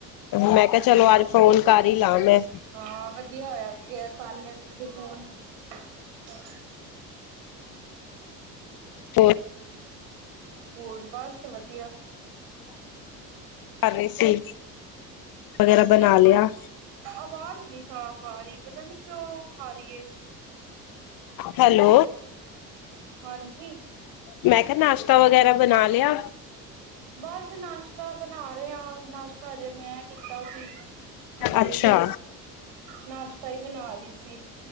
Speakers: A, on the left; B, on the right.
A: ਮੈਂ ਕਿਹਾ ਚਲੋ ਅਜ ਫੋਨ ਕਰ ਹੀ ਲਾ ਮੈਂ
B: ਹਾਂ ਵਧੀਆ ਹੋਇਆ ਕਰ ਲਿਆ, ਤੁਸੀਂ ਫੋਨ ਚ <unintelligible>
A: ਹੋਰ?
B: ਹੋਰ ਬਸ ਵਧੀਆ,
A: ਦੇ ਸੀ ਵਗੈਰਾ
B: ਹਾਂਜੀ।
A: ਬਣਾ ਲਿਆ।
B: ਆਵਾਜ਼ ਨਹੀਂ ਸਾਫ਼ ਆ ਰਹੀ ਪਤਾ ਨੀ ਕਿਉਂ ਆ ਰਹੀ ਹੈ।
A: ਹੈਲੋ
B: ਹਾਂਜੀ
A: ਮੈਂ ਕਿਹਾ ਨਾਸ਼ਤਾ ਵਗੈਰਾ ਬਣਾ ਲਿਆ।
B: ਬਸ ਨਾਸ਼ਤਾ ਬਣਾ ਰਿਹਾ ਨਾਸ਼ਤਾ ਜੇ ਮੈਂ ਕੀਤਾ ਸੀ। ਹੁਣੇ
A: ਅੱਛਾ।
B: ਨਾਸ਼ਤਾ ਈ ਬਣਾ ਰ‌ੀ ਸੀ।